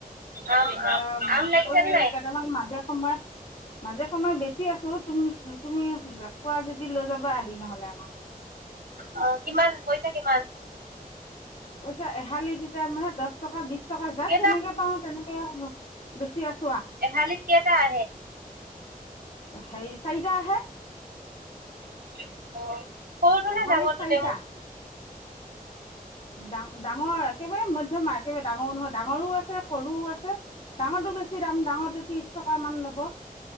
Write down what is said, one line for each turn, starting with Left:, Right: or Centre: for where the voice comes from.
Right: আম
Left: এতিয়া বোলোঁ
Right: আম লাগিছে নাই
Left: কেইটামান মাজে <unintelligible> মাজে সময় বেছি আছোঁ, তুমি, তুমি খোৱা যদি লৈ যাবা আহি নহ'লে আমাৰ ঘৰৰ পা।
Right: অ কিমান পইচা কিমান?
Left: পইচা এহালি তেতিয়া মানে দহ টকা বিশ টকা যাক
Right: কেইটা
Left: যেনেকে পাওঁ তেনেকে বেছি <unintelligible>
Right: এহালিত কেইটা আহে?
Left: সেই চাৰিটা আহে।
Right: অ' সৰুতো
Left: এহালিত
Right: নে ডাঙৰটো
Left: চাৰিটা
Right: নেমু
Left: ডাঙ, ডাঙৰ! একেবাৰে ম নহয়, মান, একেবাৰে ডাঙৰোঁ নহয়, ডাঙৰো আছে সৰুও আছে, ডাঙৰটো বেছি দাম, ডাঙৰটো ত্ৰিশ টকা মান ল'ব,